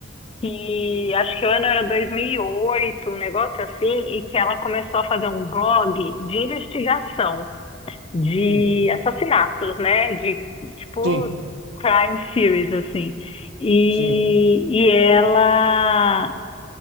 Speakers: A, on the left; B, on the right.
A: que acho que o ano era 2008, um negócio assim, e que ela começou a fazer um blog de investigação de
B: Hum,
A: assassinatos, né? De tipo
B: sim,
A: crime series assim. E,
B: sim.
A: e ela